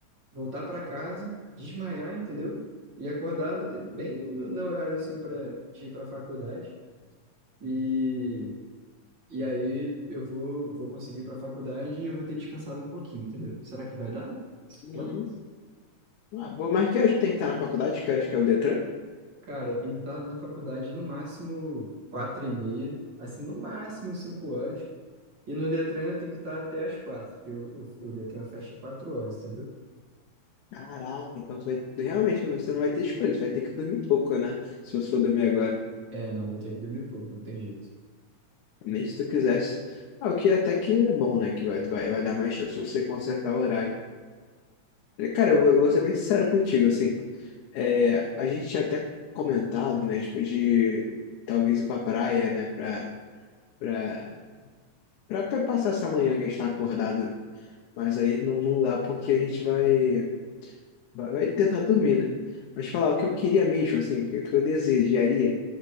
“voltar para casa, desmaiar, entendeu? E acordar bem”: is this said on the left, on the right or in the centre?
Right